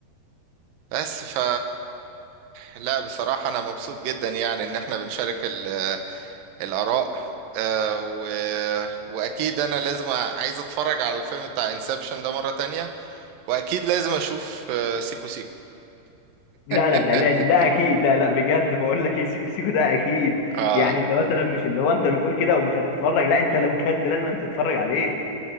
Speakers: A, on the right; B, on the left.
A: بس ف لا بصراحة انا مبسوط جدا يعني ان احنا بنشارك ال- الاراء آه، و... واكيد انا لازم أ- عايز اتفرج على الفيلم بتاع انسبشن ده مرة تانية واكيد لازم اشوف آه، سيكو سيكو
B: لا لا
A: <laughs>
B: ده لازم ده اكيد ده لا بجد بقول لك ايه سيكو سيكو ده اكيد
A: اه
B: يعني انت مثلا مش اللي هو انت بتقول كده ومش هتتفرج لا انت لا بجد لازم انت تتفرج عليه